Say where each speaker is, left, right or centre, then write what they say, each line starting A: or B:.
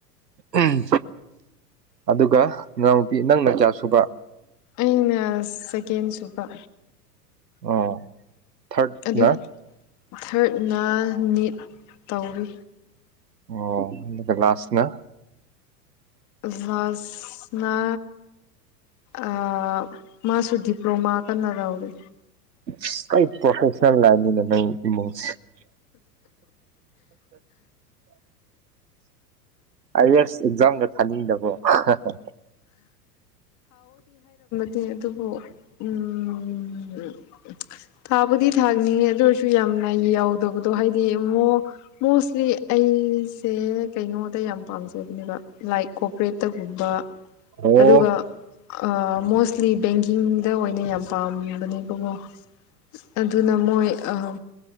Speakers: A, on the right; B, on the left.
A: ꯎꯝ ꯑꯗꯨꯒ ꯅꯅꯥꯥꯎꯅꯨꯄꯤ ꯅꯪꯅ ꯀꯌꯥ ꯁꯨꯕ
B: ꯑꯩꯅ ꯁꯦꯀꯦꯟ ꯁꯨꯕ
A: ꯑꯣ ꯊꯥꯔꯠꯅ
B: ꯑꯗꯨ ꯊꯔꯠꯅ ꯅꯤꯠ ꯇꯧꯔꯤ
A: ꯑꯣ ꯑꯗꯨꯒ ꯂꯥꯁ ꯅꯥ
B: ꯂꯥꯁꯅ ꯑꯥ ꯃꯥꯁꯨ ꯗꯤꯄ꯭ꯂꯣꯃꯥ ꯀꯟꯅ ꯇꯧꯔꯤ
A: ꯑꯁ ꯂꯣꯏ ꯄ꯭ꯔꯣꯐꯦꯁꯅꯦꯟ ꯂꯥꯏꯟꯅꯤꯅ ꯅꯪ ꯏꯃꯨꯡꯁꯦ ꯑꯥꯏ ꯌꯦꯁ ꯑꯦꯛꯖꯥꯝꯒ ꯊꯥꯅꯤꯡꯗꯕ꯭ꯔꯣ ꯍꯥ ꯍꯥ
B: ꯑꯦ ꯑꯗꯨꯕꯨ ꯎꯝ ꯊꯥꯕꯨꯗꯤ ꯊꯥꯅꯤꯡꯉꯦ ꯑꯗꯨ ꯑꯣꯏ ꯊꯤ ꯌꯥꯝꯅ ꯌꯥꯎꯗꯕꯗꯣ ꯍꯥꯏꯗꯤ ꯃꯨꯛ ꯃꯣꯁꯂꯤ ꯑꯩꯁꯦ ꯀꯩꯅꯣꯗ ꯗ ꯌꯥꯝ ꯄꯥꯝꯖꯕꯅꯦꯕ ꯂꯥꯏꯛ ꯀꯣꯄꯔꯦꯠꯇꯒꯨꯝꯕ
A: ꯑꯣ
B: ꯑꯗꯨꯒ ꯑꯥ ꯃꯣꯁꯂꯤ ꯕꯦꯡ ꯀꯤꯡꯗ ꯑꯣꯏꯅ ꯌꯥꯝ ꯄꯥꯝꯕꯅꯦ ꯏꯕꯨꯉꯣ ꯑꯗꯨꯅ ꯃꯣꯏ ꯑꯥ